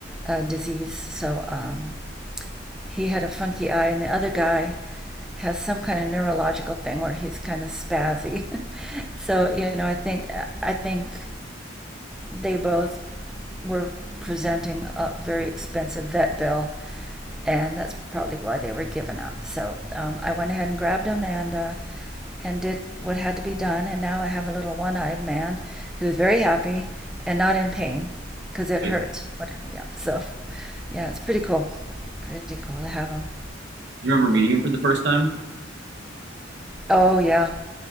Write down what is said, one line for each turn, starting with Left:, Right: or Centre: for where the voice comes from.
Centre: uh, disease so um, he had a funky eye and the other guy has some kind of neurological thing where he's kind of spazzy <laughs> so you know i think i think they both were presenting a very expensive vet bill, and that's probably why they were given up. So um, I went ahead and grabbed them and uh, and did what had to be done, and now I have a little one-eyed man who's very happy and not in pain because it
Right: do
Centre: hurt. Whatever, yeah. So yeah, it's pretty cool. Pretty cool to have them.
Right: you remember meeting them for the first time?
Centre: Oh yeah,